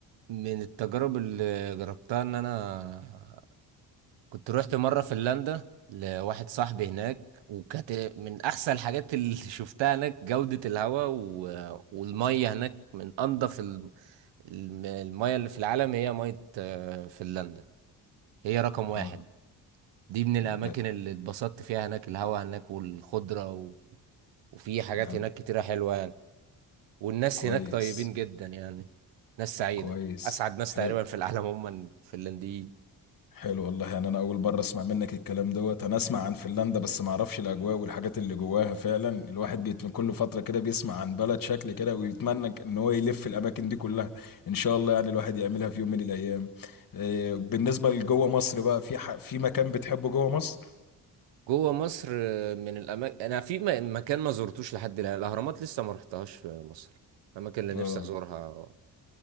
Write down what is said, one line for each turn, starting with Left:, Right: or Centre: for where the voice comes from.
Right: من التجارب اللي جربتها ان انا كنت روحت مره فنلندا لواحد صاحبي هناك وكانت من احسن الحاجات اللي <laughs> شفتها هناك جوده الهواء و... والميه هناك من انضف الم... الم- الميه اللي في العالم هي ميه آه، فنلندا هي رقم واحد
Left: اه
Right: دي من الاماكن
Left: ده
Right: اللي اتبسطت فيها هناك الهواء هناك والخضره و... وفي حاجات
Left: نعم
Right: هناك كتيره حلوه يعني والناس
Left: كويس
Right: هناك طيبين جدا يعني ناس سعيده
Left: كويس
Right: اسعد ناس
Left: حلو
Right: تقريبا في العالم هم الفنلنديين
Left: حلو والله يعني انا اول مره اسمع منك الكلام دوت انا اسمع عن فنلندا بس ما اعرفش الاجواء والحاجات اللي جواها فعلا الواحد بيت من كل فتره كده بيسمع عن بلد شكل كده ويتمنى ان هو يلف الاماكن دي كلها ان شاء الله يعني الواحد يعملها في يوم من الايام آه، بالنسبه لجوه مصر بقى في ح... في مكان بتحبه جوه مصر
Right: جوه مصر آه، من الاماكن انا في م- مكان ما زرتوش لحد الان الاهرامات لسه ما رحتهاش في مصر الاماكن اللي نفسي
Left: اه
Right: ازورها